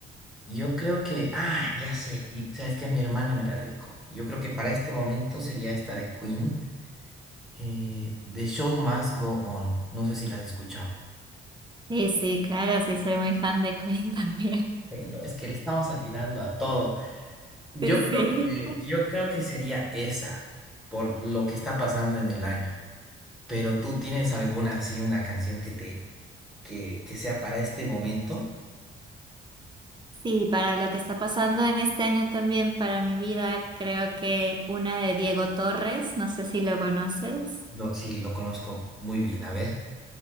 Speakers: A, in the centre; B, on the right.
A: yo creo que, ah, ya sé, y sabes que mi hermana me la dedicó. Yo creo que para este momento sería esta de Queen, eh, The Show Must Go On. No sé si la has escuchado.
B: Sí, sí, claro, sí, soy muy fan de Queen también. <laughs>
A: Bueno, es que le estamos atinando a todo. Yo
B: Sí,
A: creo
B: sí.
A: que, yo creo que sería esa, por lo que está pasando en el año. Pero tú tienes alguna así, una canción que te, que, que sea para este momento.
B: Sí, para lo que está pasando en este año también para mi vida, creo que una de Diego Torres, no sé si lo conoces.
A: Lo, sí, lo conozco muy bien. A ver.